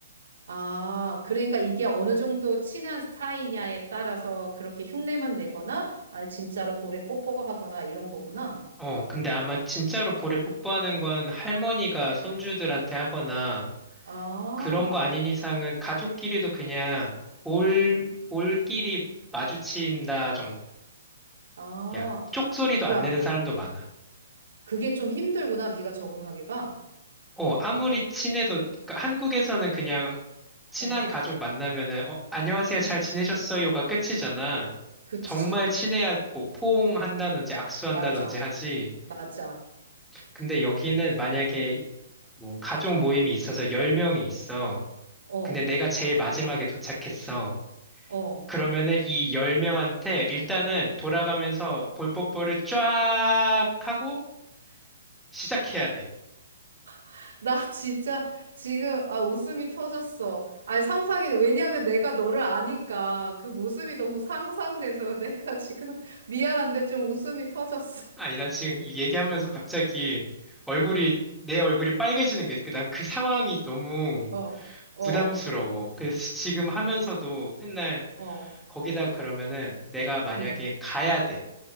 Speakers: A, on the right (about 90°); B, in the centre.
A: 아, 그러니까 이게 어느 정도 친한 사이냐에 따라서 그렇게 흉내만 내거나, 아니, 진짜로 볼에 뽀뽀하거나 이런 거구나.
B: 어, 근데 아마 진짜로 볼에 뽀뽀하는 건 할머니가 손주들한테 하거나
A: 아,
B: 그런 거 아닌 이상은 가족끼리도 그냥 볼,
A: 음,
B: 볼끼리 마주친다
A: 아,
B: 야, 쪽소리도 안
A: 야,
B: 내는 사람도 많아.
A: 그게 좀 힘들구나, 네가 적응하기가.
B: 어, 아무리 친해도, 그러니까 한국에서는 그냥 친한
A: 어,
B: 가족 만나면은, 어, 안녕하세요,
A: 음,
B: 잘 지내셨어요가 끝이잖아.
A: 그치.
B: 정말 친해야 뭐 포옹한다든지 악수한다든지
A: 맞아,
B: 하지.
A: 맞아.
B: 근데 여기는 만약에 뭐 가족 모임이 있어서 10명이 있어.
A: 어,
B: 근데 내가 제일 마지막에 도착했어.
A: 어.
B: 그러면은 이 10명한테 일단은 돌아가면서 볼뽀뽀를 쫙 하고 시작해야 돼.
A: <laughs> 나 진짜 지금, 아, 웃음이 터졌어. 아니, 상상이, 왜냐면 내가 너를 아니까 그 모습이 너무 상상돼서 내가 지금 <laughs> 미안한데 좀 웃음이 터졌어.
B: 아니, 나 지금 이 얘기하면서 갑자기 얼굴이, 내 얼굴이 빨개지는 게, 난 그 상황이 너무
A: 어, 어,
B: 부담스러워. 그래서 지금 하면서도 맨날
A: 어,
B: 거기다 그러면은 내가 만약에
A: 응,
B: 가야 돼.